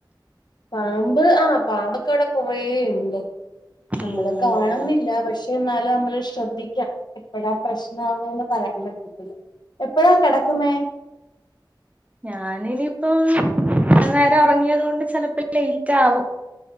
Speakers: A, on the left; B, on the right.
A: പാമ്പ് ആഹ പാമ്പക്ക വടെ കുറേണ്ട്. നമ്മള്
B: ഓഹ്
A: കാണുന്നില്ല പക്ഷെ എന്നാലും നമ്മള് ശ്രദ്ധിക്കാം. എപ്പഴാ പ്രശ്ന ആവ്വാന്ന് പറയാൻ പറ്റത്തില്ല എപ്പോഴാ കിടക്കുന്നേ?
B: ഞാനിനിപ്പം ആ നേരം ഉറങ്ങിയത് കൊണ്ട് ചിലപ്പോ ലേറ്റ് ആവും.